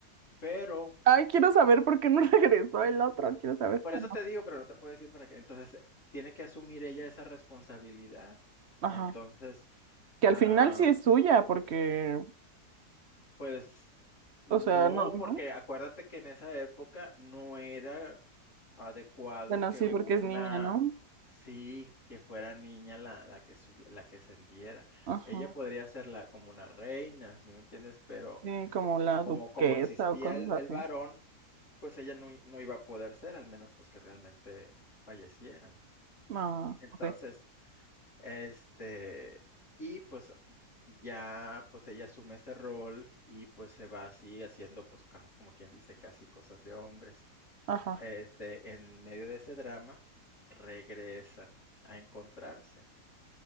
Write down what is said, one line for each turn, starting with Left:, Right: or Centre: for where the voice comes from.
Left: Pero,
Right: Ay, quiero saber por qué no <laughs> regresó el otro. Quiero saber.
Left: por
Right: Ah,
Left: eso
Right: no.
Left: te digo, pero no te puedo decir para qué. Entonces, eh, tiene que asumir ella esa responsabilidad.
Right: Ajá.
Left: Entonces,
Right: Que
Left: ah,
Right: al final sí es suya, porque,
Left: pues no,
Right: o sea, no, no.
Left: porque acuérdate que en esa época no era adecuado
Right: Bueno,
Left: que
Right: sí,
Left: una,
Right: porque es niña, ¿no?
Left: sí, que fuera niña la, la que subi- la que ascendiera.
Right: Ajá.
Left: Ella podría ser la, como una reina, ¿sí me entiendes? Pero
Right: Sí, como la
Left: como,
Right: duquesa
Left: como existía
Right: o cosas
Left: el, el
Right: así.
Left: varón, pues ella no, no iba a poder ser, al menos pues que realmente fallecieran.
Right: Ah,
Left: Entonces,
Right: ok.
Left: este, y pues ya, pues ella asume ese rol y pues se va así haciendo pues como, como quien dice casi cosas de hombres.
Right: Ajá.
Left: Este, en medio de ese drama, regresan a encontrarse.